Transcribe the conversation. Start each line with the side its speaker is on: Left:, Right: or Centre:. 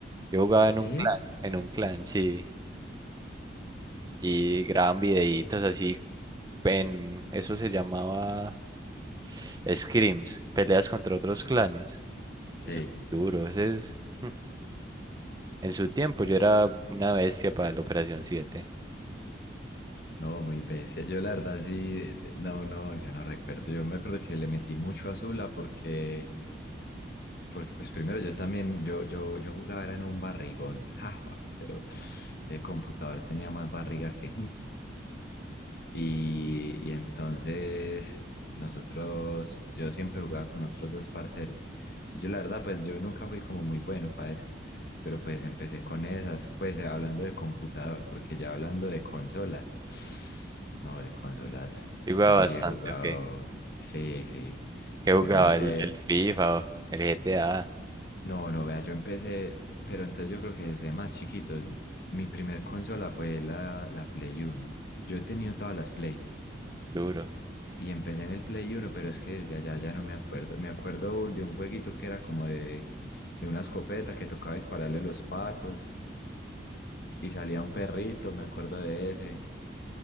Right: Yo jugaba en
Left: ¿Sí?
Right: un clan, en un clan, sí. Y graban videitos así, en, eso se llamaba <sniffs> scrims, peleas contra otros clanes.
Left: Sí.
Right: Eso es duro. Ese es, Mm. en su tiempo yo era una bestia para la Operación siete
Left: No, muy bestia. Yo la verdad sí, no, no, yo no recuerdo. Yo me acuerdo que le metí mucho a Zula porque, porque pues primero yo también, yo, yo, yo jugaba era en un barrigón, ja, papi, pero el computador tenía más barriga que... <laughs> Y, y entonces nosotros, yo siempre jugaba con otros dos parceros. Y yo la verdad, pues yo nunca fui como muy bueno para eso, pero pues empecé con esas, pues eh, hablando de computador, porque ya hablando de consolas, <sniffs> <sighs> no, de consolas,
Right: Yo
Left: yo
Right: jugaba bastante,
Left: sí he jugado,
Right: ¿ok? ¿Qué
Left: sí, sí,
Right: Ah, jugaba?
Left: yo empecé,
Right: El, el FIFA o el GTA.
Left: no, no, vea, yo empecé, pero entonces yo creo que desde más chiquito, mi primer consola fue la, la Play uno Yo he tenido todas las Plays.
Right: Duro.
Left: Y empecé en el Play uno pero es que desde allá ya no me acuerdo. Me acuerdo de un jueguito que era como de, de una escopeta que tocaba dispararle los patos y salía un perrito, me acuerdo de ese.